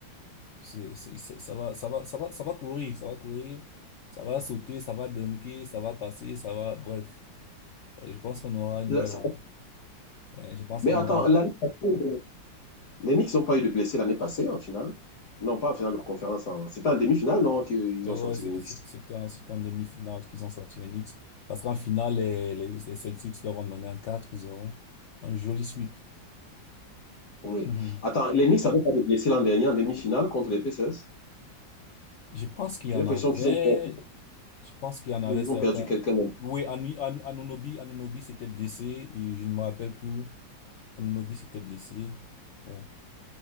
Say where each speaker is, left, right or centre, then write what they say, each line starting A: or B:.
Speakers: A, on the left; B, on the left.
A: c'est, c'est, c'est- ça va, ça va, ça va, ça va courir, ça va courir, ça va sauter, ça va dunker, ça va passer, ça va, bref. Euh, Je pense qu'on aura une
B: Là,
A: belle,
B: ça-
A: rangée Ouais, Je pense
B: Mais
A: qu'on
B: attends,
A: aura,
B: l'année passée, les Knicks n'ont pas eu de blessés l'année passée en finale. Non, pas en finale de conférence. en- C'était en demi-finale, non, qu'ils
A: Euh,
B: ont sorti
A: ouais, c'était,
B: les Knicks.
A: c'était, c'était en, c'était en demi-finale qu'ils ont sorti les Knicks. Parce qu'en finale, les, les, les Celtics leur ont donné un quatre zéro Un joli sweep.
B: Oui.
A: <laughs>
B: Attends, les Knicks n'avaient pas de blessés l'an dernier en demi-finale contre les Pacers.
A: Je pense qu'il y
B: J'ai
A: en
B: l'impression
A: avait
B: qu'ils ont perdu,
A: Je pense qu'il y en avait
B: ils
A: certains.
B: ont perdu quelqu'un.
A: Oui, Anu- Anu- Anunobi, Anunobi s'était blessé. et Je ne me rappelle plus. Anunobi s'était blessé. Ouais.